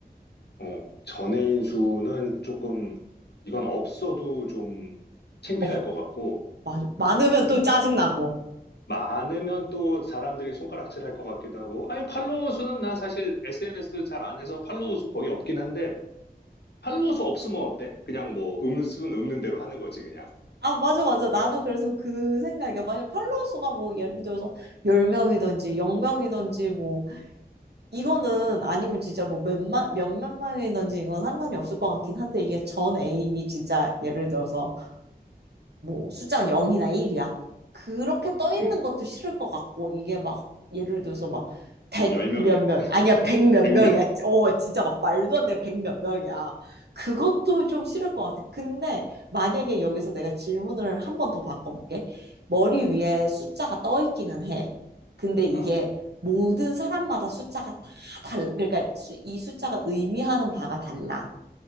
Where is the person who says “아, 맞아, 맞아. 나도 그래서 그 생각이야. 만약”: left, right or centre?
Right